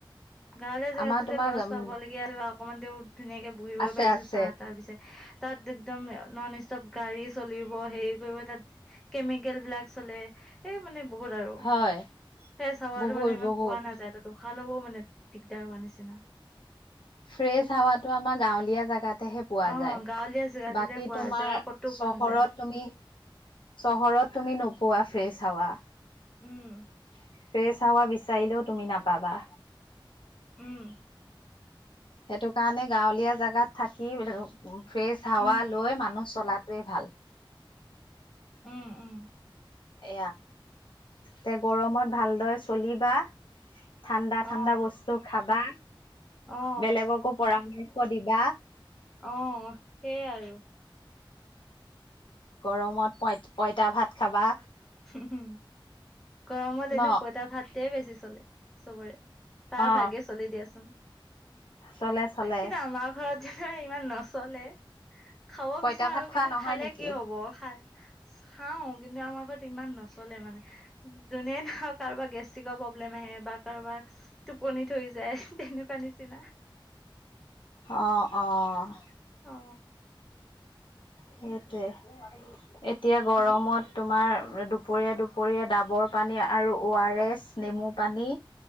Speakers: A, in the centre; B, on the left.
A: গাঁৱলীয়া, জেগাতো
B: আমাৰ তোমাৰ
A: গছ
B: উম
A: পাবলগীয়া অকনমান তেওঁ ধুনীয়াকে বহিবই
B: আছে
A: পাৰিছো
B: আছে
A: চাহ- তাৰ পিছত। তাত একদম নন ষ্টপ গাড়ী চলিব হেৰি কৰিব তাত কেমিকেল বিলাক চলে সেই মানে বহুত আৰু
B: হয়
A: সেই চাৱাটো
B: বহুত
A: মানে ইমান
B: বহুত
A: পোৱা নাযায় ত উশাহ লবও মানে। দিগদাৰ হোৱা নিছি না।
B: ফ্ৰেছ, হাৱাতটো আমাৰ গাঁৱলীয়া, জাগাতহে না। তাতেহে পোৱা
A: অ
B: যায়,
A: গাঁৱলীয়া জেগাটোতে
B: বাকী
A: পোৱা
B: তোমাৰ
A: যায় আৰু ক'তো
B: চহৰত
A: পোৱা নাযায়
B: তুমি, ‌চহৰত তুমি নোপোৱা ফ্ৰেছ হাৱা।
A: উম
B: ফ্ৰেছ হাৱা বিচাৰিলেও তুমি নাপাবা।
A: উম।
B: সেইটো কাৰণে গাঁৱলীয়া জেগাত থাকি, ফ্ৰেছ হাৱা
A: উম
B: লৈ মানুহ চলাতোৱে ভাল।
A: উম উম
B: এয়া তে গৰমত ভালদৰে চলিবা ঠাণ্ডা
A: অ
B: ঠাণ্ডা বস্তু খাবা,
A: অ
B: বেলেগকো পৰামৰ্শ দিবা
A: অ', সেইয়াই আৰু।
B: গৰমত পঁইত, পঁইতা ভাত খাবা।
A: উম, গৰমত
B: ন
A: এনেও পঁইতা ভাতে বেছি চলে। সবৰে, তাৰ
B: অ
A: ভাগে চলি দিয়াচোন।
B: চলে চলে
A: কিন্তু আমাৰ ঘৰত যে ইমান নচলে খাব
B: পঁইতা
A: বিচাৰোঁ,
B: ভাত খোৱা
A: কিন্তু
B: নহয়
A: খালে
B: নেকি
A: কি হব খা, খাও কিন্তু আমাৰ ঘৰত ইমান নচলে মানে, যোনে ধৰক কাৰোবাৰ গেষ্ট্ৰিকৰ প্ৰব্লেম আহে বা কাৰোবাৰ টোপনি ধৰি যায় তেনেকুৱা নিচিনা।
B: অ', অ',
A: অ
B: সেইটোৱে। এতিয়া গৰমত
A: হুম
B: তোমাৰ, দুপৰীয়া দুপৰীয়া ডাবৰ পানী আৰু অ' - আৰ - এছ, নেমু পানী